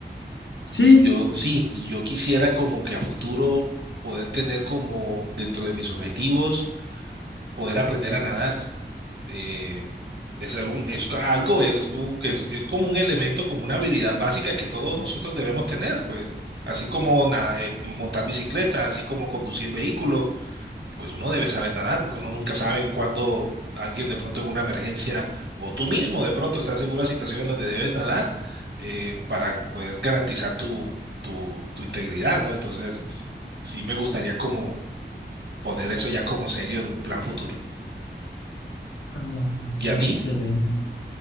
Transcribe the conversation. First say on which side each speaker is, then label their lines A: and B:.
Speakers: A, on the left; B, on the right.
A: Sí.
B: Y yo, sí, y yo quisiera como que a futuro poder tener como dentro de mis objetivos, poder aprender a nadar. Eh, es algún, es algo, es, un- es, es como un elemento, como una habilidad básica que todos nosotros debemos tener, pues, así como na- eh, montar bicicleta, así como conducir vehículos pues uno debe saber nadar, porque uno nunca sabe en cuándo alguien de pronto en una emergencia, o tú mismo de pronto estás en una situación en donde debes nadar eh, para poder garantizar tu, tu, tu integridad, ¿no? Entonces, sí me gustaría como poner eso ya como serio en un plan futuro.
A: Ah,
B: ¿Y
A: excelente.
B: a ti?